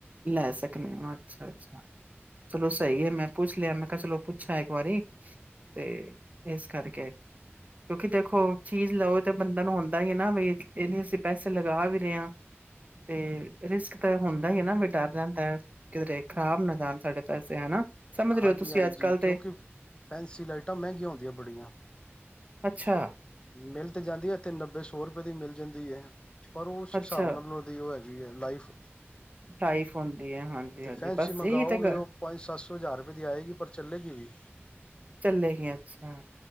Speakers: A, on the right (about 35°); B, on the left (about 20°).
A: ਲੈ ਸਕਦੇ ਹਾਂ ਅੱਛਾ-ਅੱਛਾ ਚਲੋ ਸਹੀ ਹੈ ਮੈਂ ਪੁੱਛ ਲਿਆ ਮੈਂ ਕਿਹਾ ਚਲੋ ਪੁੱਛਾਂ ਇੱਕ ਵਾਰੀ ਤੇ ਇਸ ਕਰਕੇ ਕਿਉਂਕਿ ੋ ਚੀਜ਼ ਲਓ ਤੇ ਬੰਦਾ ਨੂੰ ਹੁੰਦਾ ਨਾ ਵੀ ਇਹਨ ਅਸੀਂ ਪੈਸੇ ਲਗਾ ਵੀ ਰਹੇ ਹਾਂ ਤੇ ਰਿਸਕ ਤਾਂ ਹੁੰਦਾ ਹੀ ਨਾ ਵੀ ਡਰ ਜਾਂਦਾ ਕਿਧਰੇ ਖ਼ਰਾਬ ਨਾ ਜਾਣ ਸਾਡੇ ਪੈਸੇ ਹਨਾ ਸਮਝ ਰਹੇ
B: ਹਾਂਜੀ
A: ਹੋ ਤੁਸੀਂ
B: ਹਾਂਜੀ
A: ਅੱਜ ਕੱਲ ਤੇ
B: ਕਿਉਂਕਿ ਫੈਸੀ ਲਾਈਟਾਂ ਮਹਿੰਗੀਆਂ ਹੁੰਦੀਆਂ ਬੜੀਆਂ
A: ਅੱਛਾ
B: ਮਿਲ ਤੇ ਜਾਂਦੀ ਹੈ ਇੱਥੇ ਨੱਬੇ ਸੌ ਰੁਪਏ ਦੀ ਮਿਲ ਜਾਂਦੀ ਹੈ ਪਰ ਉਸ ਹਿਸਾਬ
A: ਅੱਛਾ
B: ਨਾਲ ਲਦੀਓ ਹੈਗੀ ੀ ਹੈ ਲਾਈਫ
A: ਲਾਈਫ ਹੁੰਦੀ ਹੈ ਹਾਂਜੀ
B: ਤੇ
A: ਹਾਂਜੀ
B: ਫੈਂਸੀ
A: ਬਸ
B: ਮੰਗਾਓਗੇ
A: ਇਹੀ ਤੇ ਗ
B: ਉਹ ਪੰਜ ਸੱਤ ਸੌ ਹਜ਼ਾਰ ਰੁਪਏ ਦੀ ਆਏਗੀ ਪਰ ਚੱਲੇਗੀ ਵੀ
A: ਚੱਲੇ ਅੱਛਾ